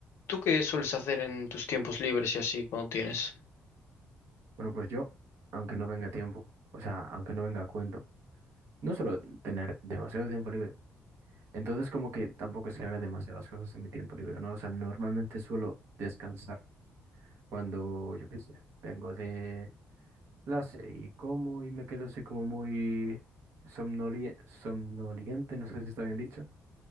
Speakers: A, on the left (about 70°); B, on the right (about 70°).
A: ¿Tú qué sueles hacer en tus tiempos libres y así cuando tienes?
B: Bueno, pues yo, aunque no venga tiempo, o sea, aunque no venga a cuento, no suelo tener demasiado tiempo libre. Entonces, como que tampoco es que haga demasiadas cosas en mi tiempo libre, ¿no? O sea, normalmente suelo descansar cuando, yo qué sé, vengo de clase y como y me quedo así como muy somnolie- somnoliente, no sé si está bien dicho.